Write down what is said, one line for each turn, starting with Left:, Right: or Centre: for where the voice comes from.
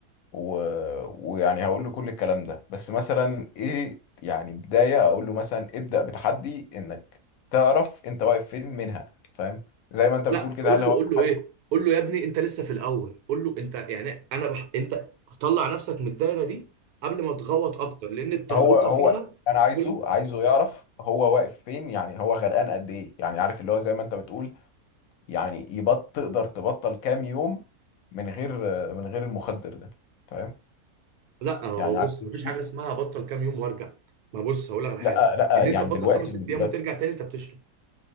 Left: و... ويعني هقول له كل الكلام ده بس مثلا ايه يعني بداية اقول له مثلا ابدأ بتحدي انك تعرف انت واقف فين منها فاهم زي ما انت بتقول
Right: لا
Left: كده
Right: قول
Left: هل
Right: له
Left: هو
Right: قول له
Left: تحدي
Right: ايه قول له يا ابني انت لسه في الاول قول له انت يعني انا بح... انت طلع نفسك من الدايره دي قبل ما تغوط اكتر لان التغويطه
Left: هو هو
Right: فيها
Left: انا عايزه
Right: كل
Left: عايزه يعرف هو واقف فين يعني هو غرقان قد ايه يعني عارف اللي هو زي ما انت بتقول يعني يبط تقدر تبطل كام يوم من غير من غير المخدر ده فاهم
Right: لا هو
Left: يعني عايز
Right: بص
Left: تشوف
Right: مفيش حاجه اسمها بطل كام يوم وارجع ما بص هقول لك على
Left: لا
Right: حاجه
Left: لا
Right: ان
Left: يعني
Right: انت تبطل
Left: دلوقتي
Right: خمس ست
Left: من دلوقتي
Right: ايام وترجع تاني انت بتشرب